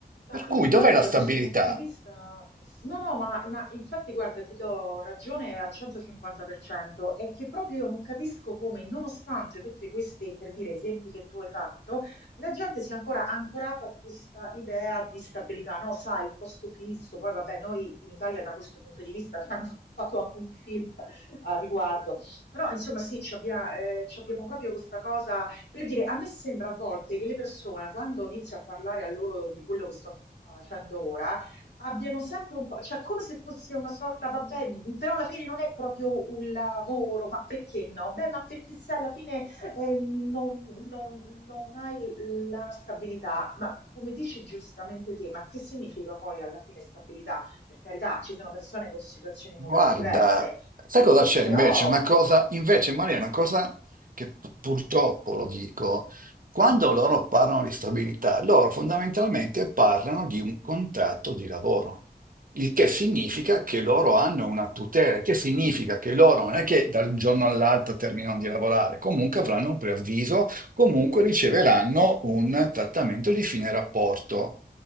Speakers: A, on the left (about 85°); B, on the right (about 55°).
A: Ma
B: Per cui
A: infatti
B: dov'è la
A: da
B: stabilità?
A: questo punto di vista, no, no, ma, ma infatti guarda, ti do ragione al 150%, è che proprio io non capisco come, nonostante tutti questi, per dire, esempi che tu hai fatto, la gente sia ancora ancorata a questa idea di stabilità, no? Sai, il posto fisso, poi vabbè, noi in Italia da questo punto di vista ci hanno fatto anche un film a riguardo, però insomma sì, ci abbia- eh, ci abbiamo proprio questa cosa per dire, a me sembra a volte che le persone, quando inizio a parlare a loro di quello che sto facendo ora, abbiano sempre un po', cioè come se fosse una sorta, vabbè, però alla fine non è proprio un lavoro, ma perché no? Beh, ma perché se alla fine eh, non, non- non hai la stabilità, ma come dici giustamente te, ma che significa poi alla fine stabilità? Per carità, ci sono persone con situazioni
B: Guarda,
A: molto diverse,
B: sai
A: eh,
B: cosa c'è
A: però,
B: invece? Una
A: boh,
B: cosa, invece, Maria, una cosa che pu- purtroppo lo dico, quando loro parlano di stabilità, loro fondamentalmente parlano di un contratto di lavoro, il che significa che loro hanno una tutela, il che significa che loro non è che dal giorno all'altro terminano di lavorare, comunque avranno un preavviso comunque riceveranno un trattamento di fine rapporto,